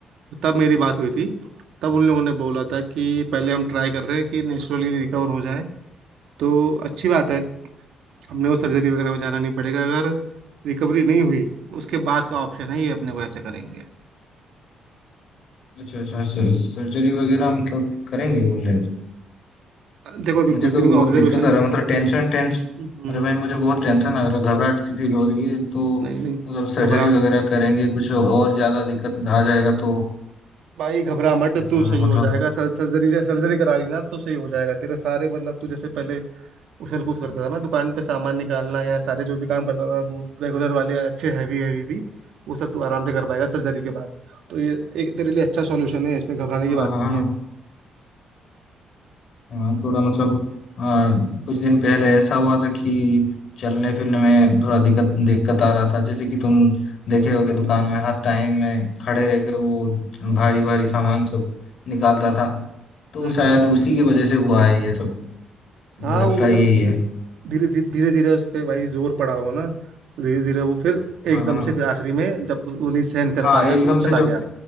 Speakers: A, on the right; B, on the left.
A: तो तब मेरी बात हुई थी तब उन लोगों ने बोला था कि पहले हम ट्राई कर रहे हैं कि नेचुरली रिकवर हो जाए तो अच्छी बात है हमने वो सर्जरी वगैरह में जाना नहीं पड़ेगा अगर रिकवरी नहीं हुई उसके बाद का ऑप्शन है ये अपने को ऐसे करेंगे
B: अच्छा अच्छा सर, सर्जरी वगैरह मतलब करेंगे बोल रहे हैं
A: देखो अभी
B: मुझे
A: कुछ
B: तो
A: दिन
B: बहुत
A: में ऑब्जर्वेशन
B: दिक्कत आ रहा है मतलब टेंशन टेंस
A: नहीं
B: अरे भाई मुझे बहुत टेंशन आ रहा है घबराहट सी फील हो रही है तो
A: नहीं
B: मतलब सर्जरी
A: घबरा
B: वगैरह करेंगे कुछ और ज्यादा दिक्कत आ जाएगा तो
A: भाई घबरा मत
B: ऐसा
A: तू सही हो
B: मतलब
A: जाएगा सर, सर्जरी से सर्जरी करा ली ना तो सही हो जाएगा तेरे सारे मतलब तू जैसे पहले उछल कूद करता था ना दुकान पे सामान निकालना या सारे जो भी काम करता था तू रेगुलर वाले अच्छे हैवी हैवी भी वो सब तू आराम से कर पाएगा सर्जरी के बाद तो ये एक तेरे लिए अच्छा सॉल्यूशन है इसमें घबराने
B: हाँ
A: की बात
B: हाँ
A: नहीं
B: हाँ।
A: है
B: हाँ थोड़ा मतलब हाँ कुछ दिन पहले ऐसा हुआ था कि चलने फिरने में थोड़ा दिक्कत दिक्कत आ रहा था जैसे कि तुम देखे होगे दुकान में हर टाइम में खड़े रह के वो भारी भारी सामान सब निकालता था तो
A: हम्म
B: शायद उसी की वजह से हुआ है ये सब मुझे
A: हाँ
B: लगता
A: वो मतलब
B: है यही है
A: धी- धीरे धीरे धीरे धीरे उस पर भाई जोर पड़ा हो ना तो धीरे धीरे वो फिर
B: हाँ
A: एकदम
B: हाँ
A: से फिर आखिरी में जब उन्हें सहन कर
B: हाँ
A: पाया
B: एकदम
A: तो वो
B: से
A: चला
B: जब
A: गया